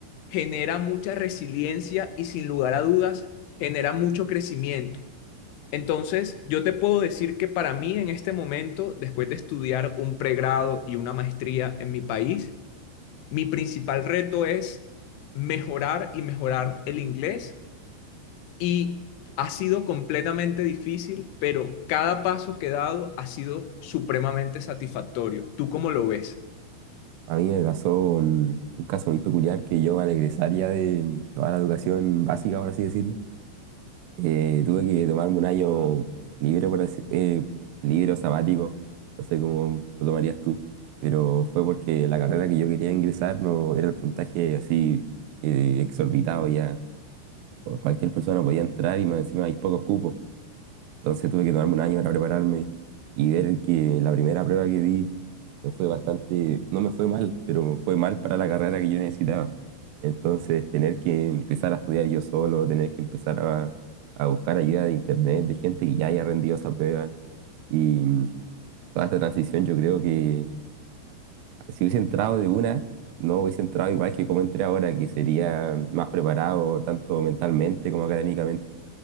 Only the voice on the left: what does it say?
genera mucha resiliencia y sin lugar a dudas genera mucho crecimiento. Entonces, yo te puedo decir que para mí en este momento, después de estudiar un pregrado y una maestría en mi país, mi principal reto es mejorar y mejorar el inglés y ha sido completamente difícil, pero cada paso que he dado ha sido supremamente satisfactorio. ¿Tú cómo lo ves?